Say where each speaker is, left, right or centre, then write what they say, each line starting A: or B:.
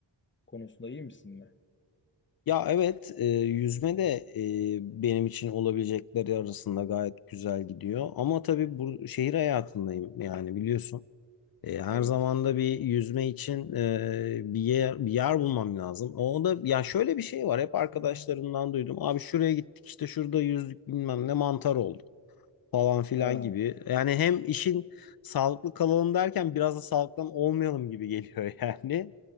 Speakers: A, on the left; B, on the left.
A: konusunda iyi misin?
B: Ya evet e, yüzme de e, benim için olabilecekleri arasında gayet güzel gidiyor. Ama tabii bu şehir hayatındayım yani biliyorsun. E, her
A: Evet.
B: zaman da bir yüzme için e, bir yer, bir yer bulmam lazım. O da ya şöyle bir şey var hep arkadaşlarımdan duydum. Abi şuraya gittik işte şurada yüzdük bilmem ne mantar oldu falan filan
A: Ha,
B: gibi. Yani hem işin sağlıklı kalalım derken biraz da sağlıktan olmayalım gibi geliyor <laughs> yani.